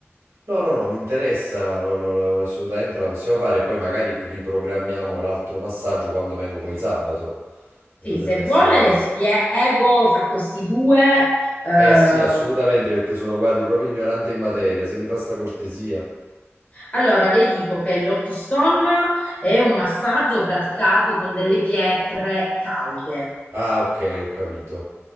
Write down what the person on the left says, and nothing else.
Sì,
Sì,
se vuole
le spiego fra questi due. eh,
allora, le dico che l'hot stone è un massaggio praticato con delle pietre calde.